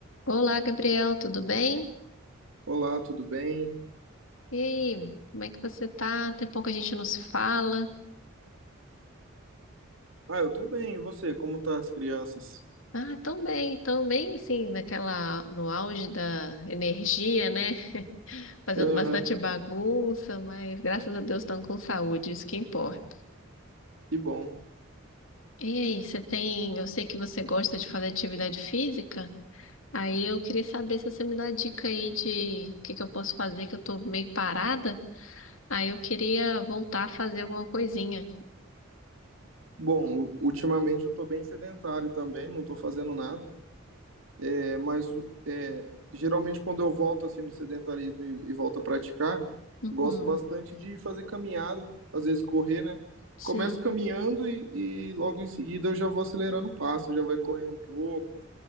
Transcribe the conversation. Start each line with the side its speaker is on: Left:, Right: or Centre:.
Left: Olá, Gabriel, tudo bem?
Right: Olá, tudo bem?
Left: E aí, como é que você tá? Tem pouco que a gente não se fala.
Right: Ah, eu tô bem, e você? Como tá as crianças?
Left: Ah, tão bem, tão bem, sim, naquela, no auge da energia, né? Fazendo
Right: Aham,
Left: bastante bagunça, mas graças a Deus estão com saúde, isso que importa.
Right: que bom.
Left: E aí, você tem, eu sei que você gosta de fazer atividade física, aí eu queria saber se você me dá dica aí de o que que eu posso fazer, que eu tô meio parada, aí eu queria voltar a fazer alguma coisinha.
Right: Bom, ultimamente eu tô bem sedentário também, não tô fazendo nada, É, mas é, geralmente quando eu volto assim do sedentarismo e, e volto a praticar,
Left: Uhum.
Right: eu gosto bastante de fazer caminhada, às vezes correr, né?
Left: Sim.
Right: Começo caminhando e, e logo em seguida eu já vou acelerando o passo, já vai correndo um pouco.